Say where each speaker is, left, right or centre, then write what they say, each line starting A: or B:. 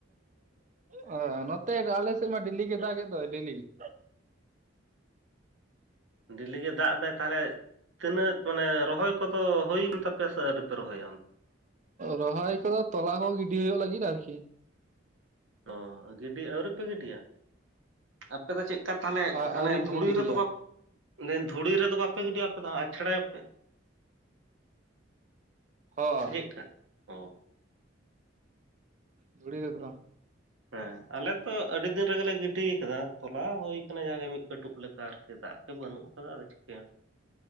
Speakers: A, on the right; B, on the right.
A: ᱦᱳᱭ ᱱᱚᱛᱮ ᱟᱞᱮ ᱥᱮᱫ ᱢᱟ ᱰᱮᱞᱤ ᱜᱮ ᱫᱟᱜᱮᱜ ᱫᱚ ᱰᱮᱞᱤ <inaudible>
B: ᱦᱮᱸ ᱰᱮᱞᱤ ᱜᱮ ᱫᱟᱜ ᱮᱫᱟᱭ ᱛᱟᱦᱚᱞᱮ ᱛᱤᱱᱟᱹᱜ ᱢᱟᱱᱮ ᱨᱚᱦᱚᱭ ᱠᱚᱫᱚ ᱦᱩᱭ ᱮᱱ ᱛᱟᱯᱮᱭᱟ ᱥᱮ ᱟᱹᱣᱨᱤ ᱯᱮ ᱨᱚᱦᱚᱭᱟ
A: ᱨᱚᱦᱚᱭ ᱠᱚᱫᱚ ᱛᱚᱞᱟ ᱠᱚ ᱜᱤᱰᱤ ᱦᱩᱭᱩᱜ ᱞᱟᱹᱜᱤᱫ ᱟᱨᱠᱤ᱾
B: ᱚ ᱜᱤᱰᱤ ᱟᱹᱣᱨᱤᱯᱮ ᱜᱤᱰᱤᱭᱟ? ᱟᱯᱮ ᱫᱚ ᱪᱮᱫ ᱠᱟ ᱛᱟᱦᱚᱞᱮ
A: ᱟᱹᱣᱨᱤ
B: ᱚᱱᱮ ᱫᱷᱩᱲᱤ
A: ᱞᱮ ᱜᱤᱰᱤᱭᱟ
B: ᱨᱮᱫᱚ ᱢᱟᱹᱱ ᱫᱷᱩᱲᱤ ᱨᱮᱫᱚ ᱵᱟᱯᱮ ᱜᱤᱰᱤᱭᱟ ᱟᱯᱮ ᱫᱚ ᱟᱴᱷᱲᱮᱭᱟᱯᱮ᱾
A: ᱦᱳᱭ
B: ᱥᱮ ᱪᱮᱫ ᱠᱟ? ᱚᱸ <unintelligible>
A: ᱫᱷᱩᱲᱤ ᱨᱮᱫᱚ ᱵᱟᱝ᱾
B: ᱦᱮᱸ ᱟᱞᱮ ᱛᱚ ᱟᱹᱰᱤ ᱫᱤᱱ ᱨᱮᱜᱮᱞᱮ ᱜᱤᱰᱤ ᱠᱟᱜᱼᱟ ᱛᱚᱞᱟ ᱦᱩᱭ ᱟᱠᱟᱱᱟ ᱡᱟᱦᱟ ᱜᱮ ᱢᱤᱫ ᱠᱟᱹᱴᱩᱵ ᱞᱮᱠᱟ ᱟᱨᱠᱤ ᱫᱟᱜ ᱜᱮ ᱵᱟᱹᱱᱩᱜ ᱟᱠᱟᱫᱟ ᱟᱫᱚ ᱪᱤᱠᱟᱹᱭᱟᱢ᱾